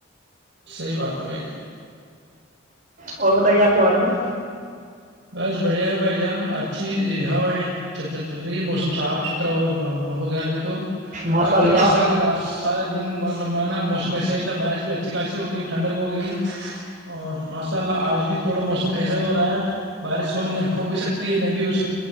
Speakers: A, on the right; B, on the right.
A: صحیح بات ہے بھائ جان
B: اور بتائیے آپ کے بارے میں
A: بس بڑھیا ہے بھائی جان اچھی ہواائیں چل رہی ہے موسم صاف ستھرا ہو ہو گیا ابھی تو
B: ماشاء
A: کل
B: اللہ
A: تو کیا ساری رات سارا دن مب مانا موسم ایسا ہی تھا بارش بھی اچھی خاصی ہو گئی ٹھڈک ہو گئی اور ماشاء اللہ آج بھی تھوڑا موسم ایسا ہو رہا ہے <inaudible> بارش ہونے ہو بھی سکتی ہے نہیں بھی ہو سک